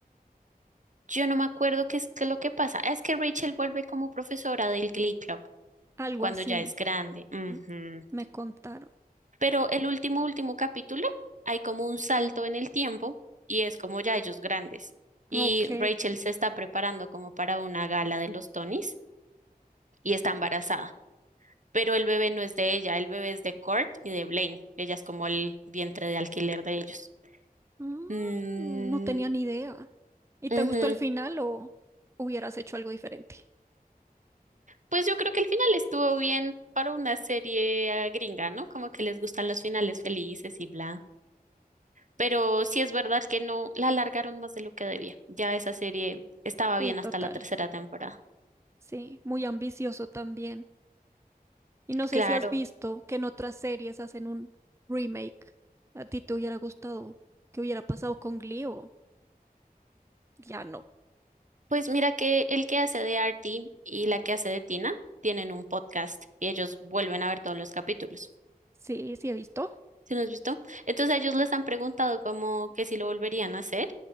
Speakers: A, on the right (about 50°); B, on the right (about 15°).
A: Yo no me acuerdo qué es qué es lo que pasa. Es que Rachel vuelve como profesora del Glee Club
B: Algo
A: cuando
B: así
A: ya es grande. Ujú.
B: m- me contaron.
A: Pero el último, último capítulo, hay como un salto en el tiempo y es como ya ellos grandes. Y
B: Ok.
A: Rachel se está preparando como para una gala de los Tonys y está embarazada. Pero el bebé no es de ella, el bebé es de Kurt y de Blaine. Ella es como el vientre de alquiler de ellos.
B: Ah,
A: Mm,
B: no tenía ni idea. ¿Y
A: ujú,
B: te gustó el final o hubieras hecho algo diferente?
A: Pues yo creo que el final estuvo bien para una serie eh, gringa, ¿no? Como que les gustan los finales felices y bla. Pero sí es verdad que no la alargaron más de lo que debía. Ya esa serie estaba
B: Sí,
A: bien hasta
B: total.
A: la tercera temporada.
B: Sí, muy ambicioso también. Y no sé
A: Claro.
B: si has visto que en otras series hacen un remake. ¿A ti te hubiera gustado que hubiera pasado con Glee o ya no?
A: Pues mira que el que hace de Artie y la que hace de Tina tienen un podcast y ellos vuelven a ver todos los capítulos.
B: Sí, sí he visto.
A: ¿Sí lo has visto? Entonces a ellos les han preguntado como que si lo volverían a hacer.